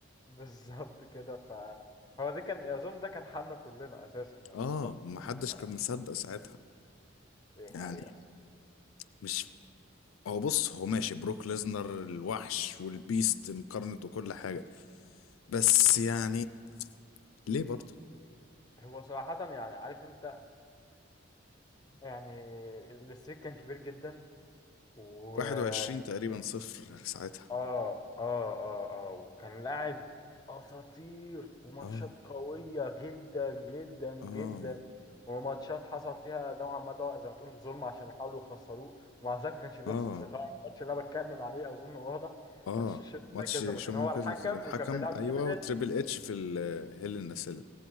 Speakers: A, on the left; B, on the left.
A: بالظبط كده ف هو دي كان اظن ده كان حالنا كلنا اساسا يعني
B: اه
A: الصدمه
B: ما حدش
A: ف...
B: كان مصدق ساعتها
A: دي حقيقه
B: يعني
A: الصراحة.
B: مش هو بص هو ماشي بروك ليزنر الوحش والبيست انكارنت وكل حاجة بس يعني ليه برضه
A: هو صراحه يعني عارف انت يعني الاستريك كان كبير جدا و
B: 21
A: اه
B: تقريبا صفر ساعتها
A: اه اه اه وكان لاعب اساطير وماتشات
B: اه
A: قويه جدا جدا جدا
B: اه
A: وماتشات حصل فيها نوعا ما اللي هو زي ما تقول ظلم عشان يحاولوا يخسروه ومع ذلك ما كانش بيخسر
B: اه
A: زي طبعا الماتش اللي انا بتكلم عليه اظن واضح
B: اه
A: ماتش شون
B: ماتش
A: مايكلز لما
B: شوميكر
A: كان هو الحكم
B: الحكم
A: وكان بيلعب
B: ايوه
A: تريبل
B: وتريبل
A: اتش
B: اتش في الهيل النسل